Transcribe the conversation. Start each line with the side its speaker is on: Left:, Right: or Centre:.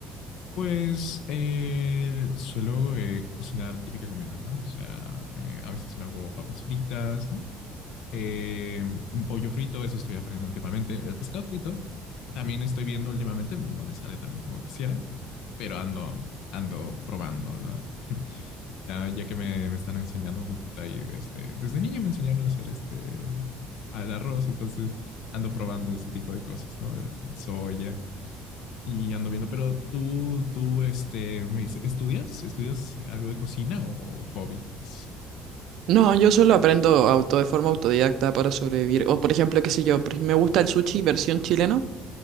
Left: Pues eh, suelo eh, cocinar típica comida, ¿no? O sea, eh, a veces me hago papas fritas, ¿no? Eh, un pollo frito, eso estoy aprendiendo últimamente. El pescado frito también estoy viendo últimamente, no me sale tan como quisiera, pero ando, ando probando, ¿no? Ya, ya que me, me están enseñando un poquito ahí desde, desde niño me enseñaron a hacer este, al arroz, entonces ando probando ese tipo de cosas, ¿no? Soya y ando viendo, pero tú, tú, este, me dice, ¿estudias? ¿Estudias algo de cocina o hobby? Es-
Right: No, yo solo aprendo auto de forma autodidacta para sobrevivir, o por ejemplo, qué sé yo, por ej- me gusta el sushi versión chileno,